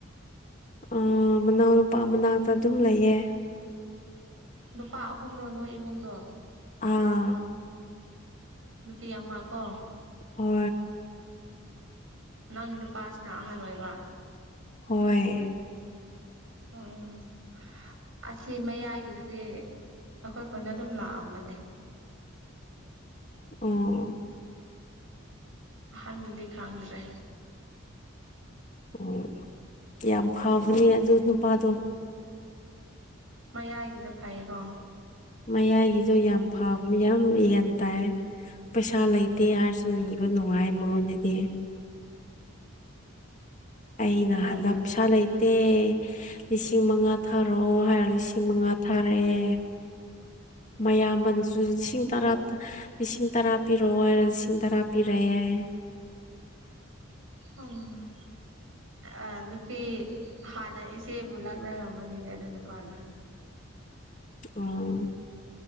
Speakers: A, on the left (about 35°); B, on the right (about 70°).
A: ꯑ ꯃꯅꯥꯎꯅ ꯅꯨꯄꯥ ꯃꯅꯥꯛꯇ ꯑꯗꯨꯝ ꯂꯩꯌꯦ
B: ꯅꯨꯄꯥ ꯑꯍꯨꯝꯔꯣ ꯅꯣꯏ ꯏꯃꯨꯡꯗꯣ
A: ꯑꯥ
B: ꯅꯨꯄꯤ ꯑꯃ ꯀꯣ
A: ꯍ
B: ꯅꯪꯒꯤ ꯅꯨꯄꯥꯁꯤꯅ ꯑꯍꯥꯟꯕ ꯑꯣꯏꯕ
A: ꯍꯣꯏ
B: ꯑꯣ ꯑꯁꯤ ꯃꯌꯥꯏꯒꯤꯗꯨꯗꯤ ꯑꯩꯈꯣꯏ ꯈꯣꯟꯗ ꯑꯗꯨꯝ ꯂꯥꯛꯑꯝꯕꯅꯦ
A: ꯑꯣ
B: ꯍꯜꯗꯨꯗꯤ ꯈꯥꯡꯪꯗ꯭ꯔꯦ
A: ꯑꯣ ꯌꯥꯝ ꯐꯕꯅꯦ ꯑꯗꯨ ꯅꯨꯄꯥꯗꯣ
B: ꯃꯌꯥꯏꯒꯤꯗ ꯐꯩꯀꯣ
A: ꯃꯌꯥꯏꯒꯤꯗꯣ ꯌꯥꯝ ꯐꯕꯅꯤ ꯌꯥꯝ ꯌꯦꯟ ꯇꯥꯏ ꯄꯩꯁꯥ ꯂꯩꯇꯦ ꯍꯥꯏꯔꯁꯨ ꯕ ꯅꯨꯡꯉꯥꯏ ꯃꯑꯣꯅꯦꯗꯤ ꯑꯩꯅ
B: ꯑꯣ
A: ꯍꯟꯗꯛ ꯄꯁꯥ ꯂꯩꯇꯦ ꯂꯤꯁꯤꯡ ꯃꯉꯥ ꯊꯥꯔꯣꯑꯣ ꯍꯥꯏꯔꯒ ꯂꯤꯁꯤꯡ ꯃꯉꯥ ꯊꯥꯔꯛꯑꯦ ꯃꯌꯥꯝꯕꯅꯁꯨ ꯂꯤꯁꯤꯡ ꯇꯔꯥ ꯂꯤꯁꯤꯡ ꯇꯔꯥ ꯄꯤꯔꯛꯑꯣ ꯂꯤꯁꯤꯡ ꯇꯔꯥ ꯄꯤꯔꯦ ꯍꯥꯏ
B: ꯑꯣ ꯑ ꯅꯨꯄꯤ ꯍꯥꯟꯅ ꯏꯆꯦꯕꯨ ꯂꯥꯛꯅꯔꯝꯕꯅꯤꯅꯦ ꯑꯗꯨ ꯅꯨꯄꯥꯅ
A: ꯎꯝ